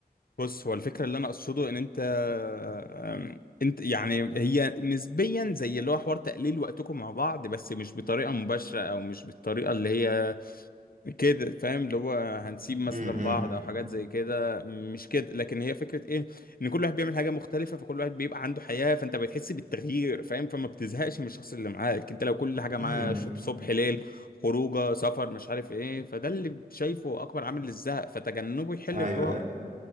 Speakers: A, on the left; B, on the right.
A: بص هو الفكره اللي انا اقصده ان انت أم، انت يعني هي نسبيا زي اللي هو حوار تقليل وقتكم مع بعض بس مش بطريقه مباشره او مش بالطريقه اللي هي كده فاهم اللي هو هنسيب مثلا
B: امم
A: بعض او حاجات زي كده مش كده لكن هي فكره ايه ان كل واحد بيعمل حاجه مختلفه فكل واحد بيبقى عنده حياه فانت بتحس بالتغيير فاهم فما بتزهقش من الشخص اللي معاك انت لو كل حاجه
B: امم
A: معاه شوب- صبح ليل خروجه سفر مش عارف ايه فده اللي شايفه اكبر عامل للزهق فتجنبه يحل
B: ايوه
A: الحوار
B: أيوة.